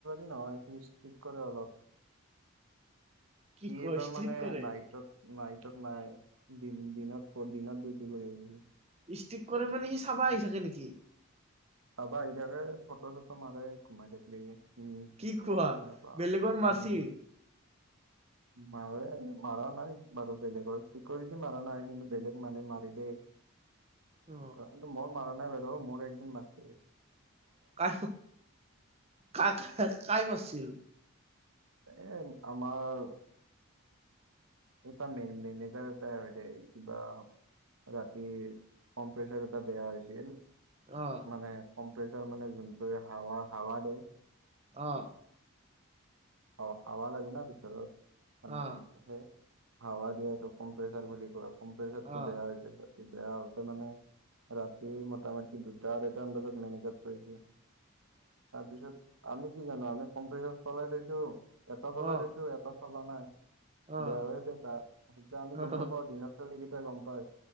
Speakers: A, on the right; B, on the right.
A: <unintelligible> নহয় সি ষ্ট্ৰিক কৰে অলপ
B: কি
A: সি
B: কোৱা
A: এইবাৰ
B: ষ্ট্ৰিক
A: মানে
B: কৰে?
A: নাইটত নাইটত নাই দিনত দিনত ডিউটি কৰি আহিব
B: ষ্টিক কৰি মানে সি চাবা আহি থাকে নেকি?
A: চাব আহি থাকে ফ'ট চটো মাৰে কমেটিক লি উম
B: কি
A: তেতিয়া
B: কোৱা?
A: এনেকোৱা আও
B: বেলেগৰ মাৰছি
A: উম্ মাৰে মাৰ নাই বাৰু বেলেগৰ চিকৰিট মাৰা নাই কিন্তু বেলেগ মানুহে মাৰে দেই।
B: অ
A: কিন্তু মই মাৰা নাই বাৰু মোৰ একদিন মাৰিছে।
B: কাই কাক কাই মাৰছিল।
A: এ আমাৰ এটা মে মেনেজাৰ এটাই হয় দে কিবা। ৰাতি কম্পচাৰ এটা বেয়া হৈছিল।
B: অ
A: মানে কম্পেচাৰ মানে যোনটোৱে হাৱা হাৱা দিয়ে।
B: অহ
A: অ হাওঁৱ লাগে না ভিতৰত মানে।
B: অ
A: হাৱা দিয়াটো কম্প্ৰেছাৰ বুলি ক কম্প্ৰেছাৰটো
B: অ
A: বেয়া হৈ হৈছে ত বেয়া হৈছে মানে ৰাতি মোটামুটি দুটা আঢ়ৈটামান বজাত মেনেজত পৰিছে তাৰপিছত আমি কি জানো আমি কম্পিউটাৰ চলাই থৈছো এটা চলাই
B: অ অ
A: দিছো এটা চলা নাই
B: অ।
A: বেয়া হৈ আছে তাত সেইকেইটা আমি
B: অ
A: গম নাপাওঁ দিনত ছোৱালীকেইটা গম পাই।